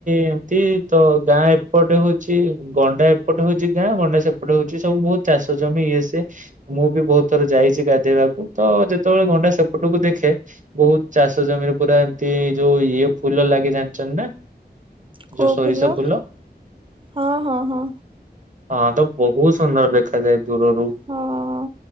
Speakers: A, on the right; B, on the right.
A: ଏମ୍ତି, ତ ଗାଁ ଏପଟେ ହଉଚି ଗଣ୍ଡା ପଟେ ହଉଚି ଗାଁ ଗଣ୍ଡା, ସେପଟ ହଉଚି ସବୁ ବହୁତ୍ ଚାଷ ଜମି, ଇଏ ସିଏ। ମୁଁ ବି ବହୁ ଥରେ ଯାଇଚି ଗାଧେଇବାକୁ, ତ ଯେତବଳେ ଗଣ୍ଡା ସେପଟକୁ ଦେଖେ। ବହୁତ୍ ଚାଷ ଜମିରେ ପୁରା ଯଉ ଇଏ ଫୁଲ ଲାଗି ଜାଣିଚନ୍ତି ନା?
B: କୋଉଫୁଲ
A: ଯଉ ସୋରିଷ ଫୁଲ।
B: ହଁ ହଁ ହଁ।
A: ହଁ, ତ ବହୁତ୍ ସୁନ୍ଦର ଦେଖାଯାଏ। ଦୂରରୁ
B: ହଁ।